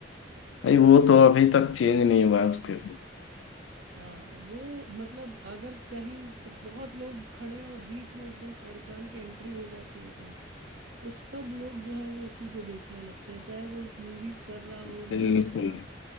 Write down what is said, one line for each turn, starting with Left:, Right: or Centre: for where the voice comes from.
Left: भाई वो तो अभी तक चेंज नहीं हुआ है उसके भी
Right: हाँ वो मतलब अगर कहीं स- बहुत लोग खड़े हैं और बीच में एकदम शाहरुख खान की एंट्री हो जाती है कहीं तो सब लोग जो है वो उसी को देखने लगते हैं चाहे वो उस मूवीज कर रहा हो
Left: बिल्कुल
Right: नहीं कर रहा